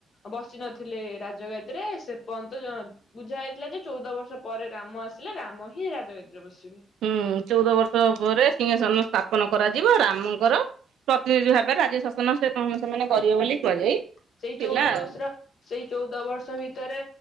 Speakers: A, on the left (about 60°); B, on the right (about 80°).
A: ବସି ନଥିଲେ ରାଜଗାଦିରେ ସେ ପର୍ଯ୍ୟନ୍ତ ବୁଝା ହେଇଥିଲା ଯେ ଚଉଦ ବର୍ଷ ପରେ ରାମ ଆସିଲେ ରାମ ହିଁ ରାଜଗାଦିରେ ବସିବେ।
B: ହୁଁ ଚଉଦ ବର୍ଷ ପରେ ସିଂହସନ ସ୍ଥାପନ କରାଯିବ, ରାମଙ୍କର ପ୍ରତିନିଧି ଭାବେ ରାଜ୍ୟ ଶାସନ ସେ କ ସେମାନେ
A: ଆଜ୍ଞା
B: କରିବେ ବୋଲି କୁହାଯାଇ ଥିଲା
A: ସେଇ ଚଉଦ
B: ଆଉ।
A: ବର୍ଷର ସେଇ ଚଉଦ ବର୍ଷ ଭିତରେ